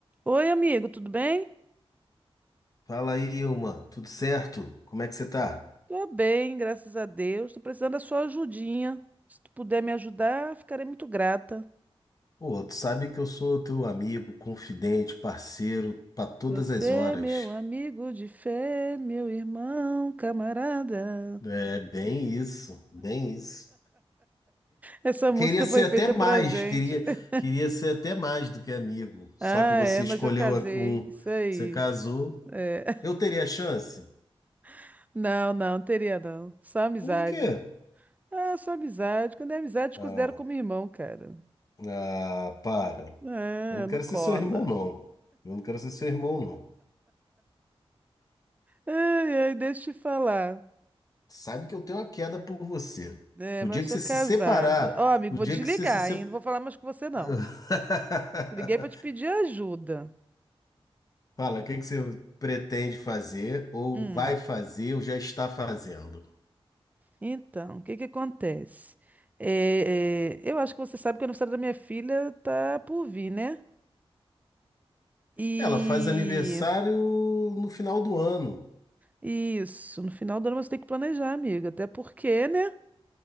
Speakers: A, on the right (about 15°); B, on the left (about 35°).
A: Oi, amigo, tudo bem?
B: Fala aí, Ilma, tudo certo? Como é que você tá?
A: Tô bem, graças a Deus. Tô precisando da sua ajudinha. Se tu puder me ajudar, ficarei muito grata.
B: Pô, tu sabe que eu sou teu amigo, confidente, parceiro para todas
A: Você,
B: as horas.
A: meu amigo de fé, meu irmão, camarada.
B: É bem isso, bem isso.
A: Essa música
B: Queria ser
A: foi feita
B: até mais,
A: pra gente.
B: queria,
A: <laughs>
B: queria ser até mais do que amigo. Só
A: Ah,
B: que você
A: é, mas
B: escolheu
A: eu casei.
B: um,
A: Isso aí.
B: você casou.
A: É.
B: Eu teria chance?
A: <laughs> Não, não, teria não. Só amizade.
B: Por quê?
A: Ah, só amizade. Quando é amizade, te
B: Ah,
A: considero como irmão, cara.
B: ah, para.
A: Ah,
B: Eu não quero
A: não cola.
B: ser seu irmão, não. Eu não quero ser seu irmão, não.
A: Ai, ai, deixa eu te falar.
B: Sabe que eu tenho uma queda por você.
A: É,
B: O
A: mas
B: dia
A: eu sou
B: que você
A: casada.
B: se separar,
A: Ó, amigo,
B: o
A: vou
B: dia
A: desligar,
B: que você se separar.
A: hein? Não vou falar mais com você, não.
B: <laughs>
A: Te liguei pra te pedir ajuda.
B: Fala, o que que você pretende fazer, ou
A: Hum.
B: vai fazer, ou já está fazendo?
A: Então, o que que acontece? É, é, eu acho que você sabe que o aniversário da minha filha tá por vir, né? E
B: Ela faz aniversário no final do ano,
A: isso, no final do ano você tem que planejar, amiga. Até porque, né?